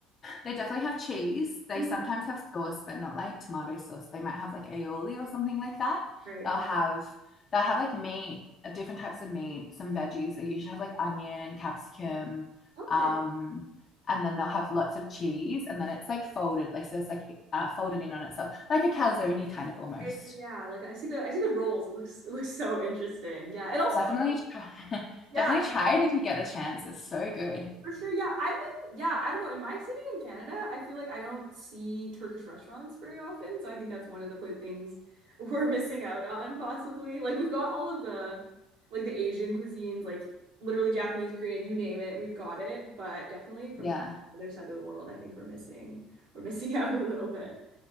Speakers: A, on the left; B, on the right.
A: They definitely have cheese. They
B: Mhm.
A: sometimes have sauce, but not like tomato sauce. They might have like aioli or something like that.
B: Right,
A: They'll
B: right.
A: have they'll have like meat, uh, different types of meat, some veggies. They usually have like onion, capsicum,
B: Mhm. Okay.
A: um, and then they'll have lots of cheese, and then it's like folded, like so it's like uh, folded in on itself, like a calzone kind of almost.
B: Eh, Yeah, like I see the I see the rolls. It looks it looks so interesting. Yeah. It also
A: Definitely,
B: looks
A: try, <laughs>
B: yeah.
A: definitely try it if you get the chance. It's so good.
B: For sure, yeah. I'm in, yeah, I don't know. In my city in Canada, I feel like I don't see Turkish restaurants very often. So I think that's one of the pla things <laughs> we're missing out on, possibly. Like we've got all of the like the Asian cuisines, like literally Japanese, Korean, you name it, we've got it. But definitely from
A: Yeah.
B: that other side of the world, I think we're missing we're missing <laughs> out a little bit.